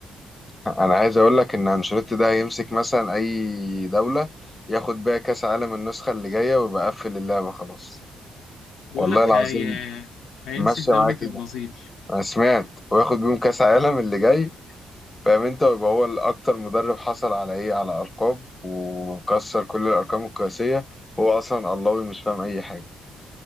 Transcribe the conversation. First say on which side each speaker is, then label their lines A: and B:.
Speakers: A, on the left; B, on the left.
A: انا عايز اقول لك ان انشيلوتي ده هيمسك مثلا اي دولة ياخد بيها كاس عالم النسخة اللي جاية ويبقى قفل اللعبة خلاص
B: بيقول
A: والله
B: لك
A: العظيم
B: هي... هيمسك
A: ماشية
B: دولة
A: معاه كده
B: البرازيل
A: انا سمعت وياخد بيهم كاس عالم اللي جاي فاهم انت ويبقى هو الاكتر مدرب حصل على ايه على ارقام وكسر كل الارقام القياسيه هو اصلا الله مش فاهم اي حاجه